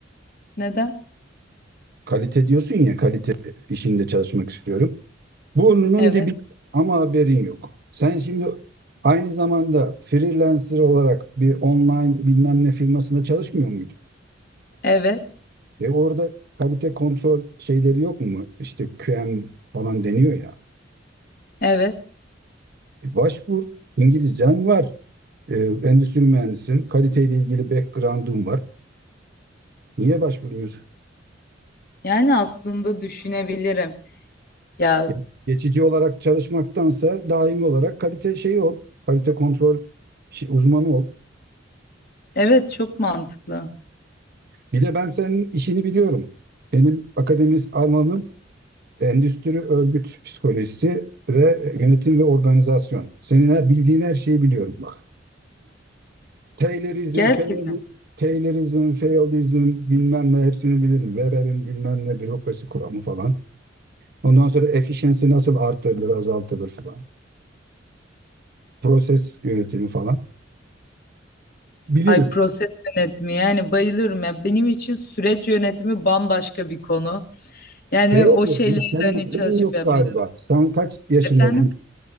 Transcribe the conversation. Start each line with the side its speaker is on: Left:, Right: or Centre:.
Left: Neden?
Right: Kalite diyorsun ya, kalite işinde çalışmak istiyorum. Burnunun
Left: Evet,
Right: dibi ama haberin yok. Sen şimdi aynı zamanda freelancer olarak bir online bilmem ne firmasında çalışmıyor muydun?
Left: evet,
Right: E orada kalite kontrol şeyleri yok mu? İşte QM falan deniyor ya.
Left: evet.
Right: E başvur, İngilizcen var. Ee, endüstri mühendisin. Kaliteyle ilgili backgroundum var. Niye başvurmuyorsun?
Left: Yani aslında düşünebilirim. Ya
Right: Ya, geçici olarak çalışmaktansa daimi olarak kalite şeyi ol. Kalite kontrol şey- uzmanı ol.
Left: evet çok mantıklı.
Right: Bir de ben senin işini biliyorum. Benim akademis alanım endüstri örgüt psikolojisi ve yönetim ve organizasyon. Senin her- bildiğin her şeyi biliyorum bak. Taylorizm,
Left: Gerçekten.
Right: Fayol- Taylorizm, Fayolizm bilmem ne hepsini bilirim. Weber'in bilmem ne bürokrasi kuramı falan. Ondan sonra efficiency nasıl arttırılır, azaltılır falan. Proses yönetimi falan. Bilirim.
Left: Ay proses yönetimi yani bayılıyorum ya. Benim için süreç yönetimi bambaşka bir konu. Yani
Right: Şey yapıyor.
Left: o şeyleri
Right: Senin
Left: de hani
Right: haberin
Left: çalışıp
Right: yok
Left: yapmaya
Right: galiba.
Left: çok.
Right: Sen kaç yaşındaydın?
Left: Efendim?